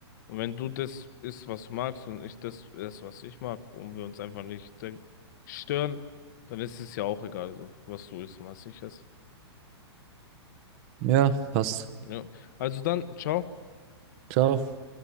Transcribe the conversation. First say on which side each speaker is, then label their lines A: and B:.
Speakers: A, on the left (about 45°); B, on the right (about 35°).
A: Und wenn du das isst, was du magst, und ich das esse, was ich mag, und wir uns einfach nicht äh, stören, dann ist es ja auch egal, so, was du isst und was ich esse.
B: Ja, passt.
A: Ja. Also dann, ciao.
B: Ciao.